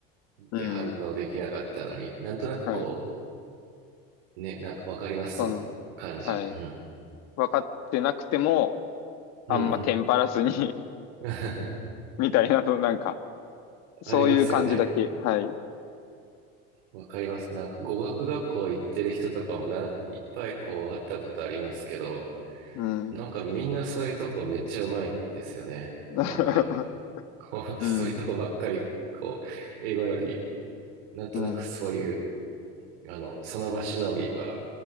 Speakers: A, on the right (about 80°); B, on the left (about 65°).
A: で反応できなかったのに、
B: うん。
A: なんとなくこ
B: はい。
A: ね、なんかわかります、その感じ。
B: その、はい。
A: うん。
B: 分かってなくても、
A: うん。
B: あんまテンパらずに
A: <laughs>
B: <laughs> みたいな、そのなんか、そういう感じだけ。
A: ありますよね。
B: はい。
A: わかります。なんか語学学校行ってる人とかもなん、いっぱいこう会ったことありますけど、
B: うん。
A: なんかみんなそういうとこめっちゃうまいんですよね。
B: <laughs>
A: なんか、こう、
B: うん。
A: <laughs> そういうとこばっかり、こう、英語より、なんとなくそういう、
B: うん。
A: あの、その場しのぎが、